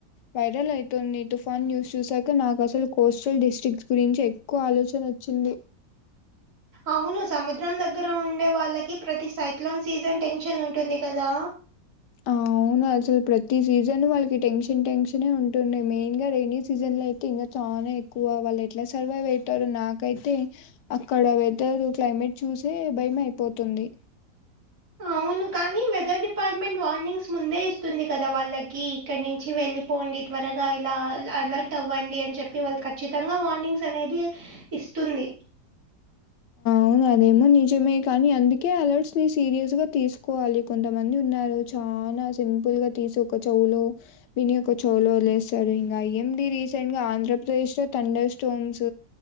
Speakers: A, on the left; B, on the right.
A: వైరల్ అయితుంది తుఫాన్ న్యూస్ చూసాక నాకు అసలు కోస్టల్ డిస్ట్రిక్ట్స్ గురించి ఏ ఎక్కువ ఆలోచన వచ్చింది
B: అవును సముద్రం దగ్గర ఉండే వాళ్ళకి ప్రతి సైక్లోన్ సీజన్ టెన్షన్ ఉంటుంది కదా!
A: అవును అసలు ప్రతి సీజన్ వాళ్ళకి టెన్షన్ టెన్షనే ఉంటుంది మెయిన్ గా రేని సీజన్ లో అయి ఇంకా చాలా ఎక్కువ వాళ్ళు ఎట్లా సర్వైవ్ అవుతారు నాకైతే అక్కడ వెదర్ క్లైమేట్ చూసే భయం అయిపోతుంది
B: అవును కానీ వెదర్ డిపార్ట్మెంట్ వార్నింగ్స్ ముందే ఇస్తుంది కదా వాళ్ళకి ఇక్కడ నుంచి వెళ్ళి పోండి త్వరగా ఇలా అలర్ట్ అవ్వండి అని చెప్పి వాళ్ళు ఖచ్చితంగా వార్నింగ్స్ అనేది ఇస్తుంది
A: అవును అదేమో నిజమే కానీ అందుకే అలర్ట్స్ ని సీరియస్ గా తీసుకోవాలి కొంతమంది ఉన్నారు. చానా సింపుల్ గా తీసి ఒక చౌలో విని ఒక చోలో లేస్తారు ఇంకా ఎండి రీసెంట్ గా ఆంధ్ర ప్రదేశ్ లో థండర్ స్టోన్స్